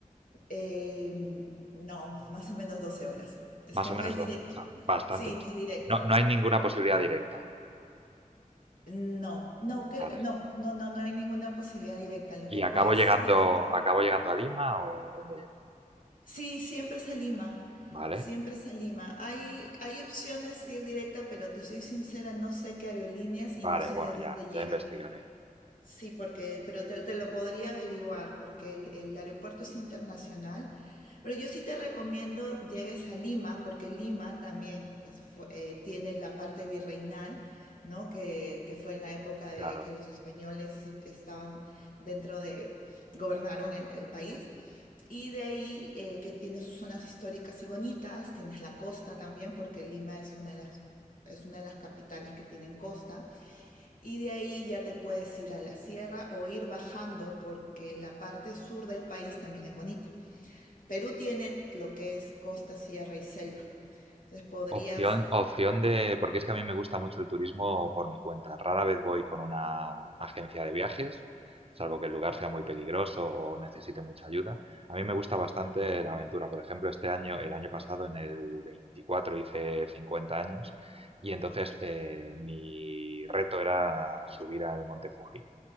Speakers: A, on the left; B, on the right.
A: eh, no, más o menos 12 horas. Es
B: Más
A: que
B: o
A: no
B: menos
A: es
B: doce
A: directo.
B: o sea,
A: Mm.
B: bastante
A: Sí,
B: más.
A: no es directo.
B: No, no hay ninguna posibilidad directa,
A: No, no, cre-
B: ¿vale?
A: no, no, no, no hay ninguna posibilidad directa. Lo
B: ¿Y
A: que
B: acabo
A: puedes
B: llegando,
A: ir, es-
B: acabo llegando a Lima o dónde llego?
A: sí, siempre es a Lima,
B: ¿Vale?
A: siempre es a Lima. Hay, hay opciones de ir directa, pero te soy sincera, no sé qué aerolíneas y
B: Vale,
A: no sé
B: bueno,
A: de dónde
B: ya,
A: llegan.
B: ya investigaré,
A: Sí, porque, pero te, te lo podría averiguar, porque el, el aeropuerto es internacional. Pero yo sí te recomiendo llegues a Lima, porque Lima también pues, fue- eh, tiene la parte virreinal, ¿no? Que, que fue en la época de
B: claro.
A: que los españoles estaban dentro de, gobernaron el, el país. Y de ahí eh, que tiene sus zonas históricas y bonitas, tienes la costa también, porque Lima es una de las, es una de las capitales que tienen costa. Y de ahí ya te puedes ir a la sierra o ir bajando porque la parte sur del país también es bonito. Perú tiene lo que es costa, sierra y selva. Entonces podrías,
B: Opción, opción de, porque es que a mí me gusta mucho el turismo por mi cuenta. Rara vez voy con una agencia de viajes, salvo que el lugar sea muy peligroso o necesite mucha ayuda. A mí me gusta bastante la aventura. Por ejemplo, este año, el año pasado, en el 24 hice 50 años y entonces eh, mi reto era subir al Monte Fuji.